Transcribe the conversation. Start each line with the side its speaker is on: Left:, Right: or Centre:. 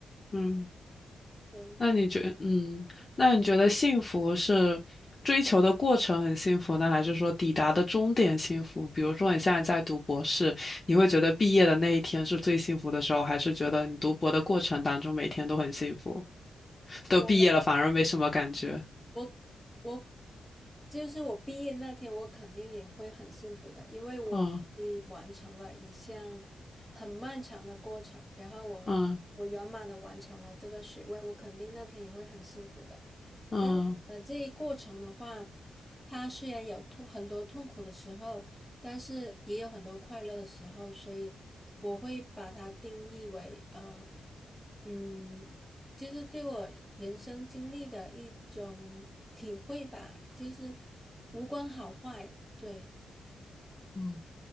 Left: 嗯。
Centre: 对。
Left: 那你觉，嗯，那你觉得幸福是追求的过程很幸福呢，还是说抵达的终点幸福？比如说你现在在读博士，你会觉得毕业的那一天是最幸福的时候，还是觉得你读博的过程当中每天都很幸福，都毕业了反而没什么感觉？
Centre: 我我我就是我毕业那天，我肯定也会很幸福的，因为我终于完成了一项很漫长的过程，
Left: 嗯
Centre: 然后我我圆满的完成了这个学位，
Left: 嗯
Centre: 我肯定那天也会很幸福的。
Left: 嗯
Centre: 但呃，这一过程的话，它虽然有痛很多痛苦的时候，但是也有很多快乐的时候，所以我会把它定义为呃，嗯。就是对我人生经历的一种体会吧，就是无关好坏，对，
Left: 嗯，